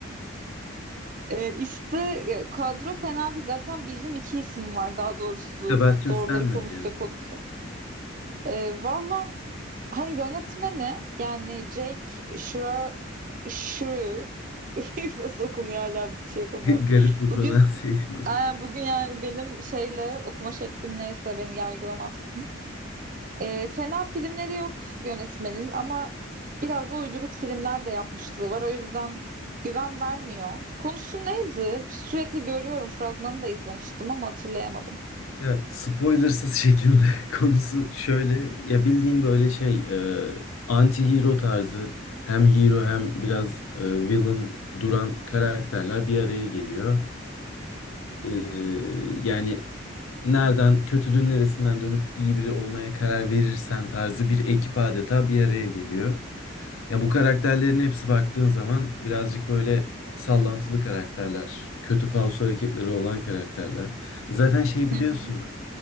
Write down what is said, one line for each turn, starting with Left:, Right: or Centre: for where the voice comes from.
Right: Ee, işte e, kadro fena değil. Zaten bildiğim iki isim var daha doğrusu
Left: Sebastian
Right: doğruları
Left: Stan
Right: konuşacak
Left: mi diye.
Right: olursak. Ee, valla hani yönetmeni yani Jake Schreier Schreier <laughs> nasıl okunuyor hala şey yapamıyorum.
Left: G- garip bir
Right: Bugün
Left: pronunciation.
Right: e, bugün yani benim şeyle okuma şeklim neyse beni yargılamaz. E, fena filmleri yok yönetmenin ama biraz da uyduruk filmler de yapmışlığı var. O yüzden güven vermiyor. Konusu neydi? Sürekli görüyorum. Fragmanı da izlemiştim ama hatırlayamadım.
Left: Ya spoilersız şekilde <laughs> konusu şöyle ya bildiğin böyle şey e, anti-hero tarzı hem hero hem biraz e, villain duran karakterler bir araya geliyor. E, yani nereden kötülüğün neresinden dönüp iyi biri olmaya karar verirsen tarzı bir ekip adeta bir araya geliyor. Ya bu karakterlerin hepsi baktığın zaman birazcık böyle sallantılı karakterler, kötü falso hareketleri olan karakterler. E, Zaten şey biliyorsun
Right: Hı hı.